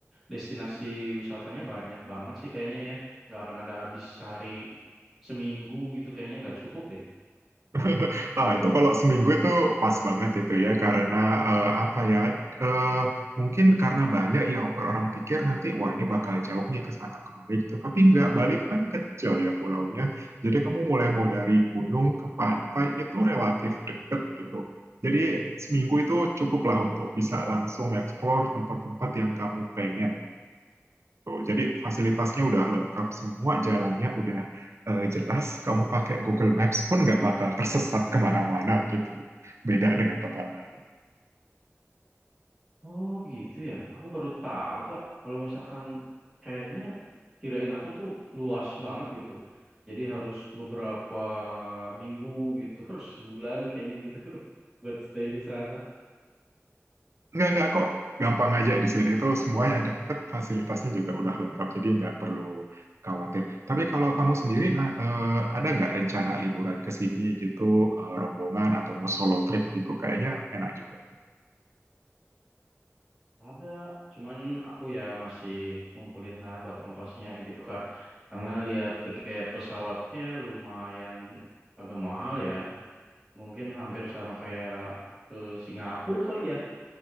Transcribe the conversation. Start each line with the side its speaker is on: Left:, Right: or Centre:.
Centre: destinasi wisatanya banyak banget sih kayaknya ya. Nggak akan ada habis sehari seminggu gitu. Kayaknya nggak cukup deh.
Right: <laughs> Nah, itu kalau seminggu itu pas banget itu ya karena eh, apa ya eh, mungkin karena banyak ya orang pikir nanti wah ini bakal jauh nih ke sana kemari gitu tapi nggak Bali itu kan kecil ya pulaunya jadi kamu mulai mau dari gunung ke pantai itu relatif deket gitu jadi seminggu itu cukuplah untuk bisa langsung explore tempat-tempat yang kamu pengen Tuh, jadi fasilitasnya udah lengkap semua, jalannya udah eh, jelas. Kamu pakai Google Maps pun nggak bakal tersesat kemana-mana gitu. Beda dengan tempat lain.
Centre: Oh gitu ya. Aku baru tahu Kak. Kalau misalkan kayaknya kirain aku tuh luas banget gitu. Jadi harus beberapa minggu gitu. <laughs> Harus sebulan kayaknya gitu. <laughs> Buat stay di sana.
Right: Nggak, nggak kok. Gampang aja di sini tuh semuanya deket, fasilitasnya juga udah lengkap. Jadi nggak perlu khawatir. Tapi kalau kamu sendiri, nah, eh, ada nggak rencana liburan ke sini gitu, eh, rombongan atau mau solo trip gitu? Kayaknya enak juga.
Centre: Ada, cuman aku ya masih ngumpulin lah buat ongkosnya gitu Kak. Karena lihat tiket pesawatnya lumayan agak mahal ya. Mungkin hampir sama kayak ke Singapura kali ya.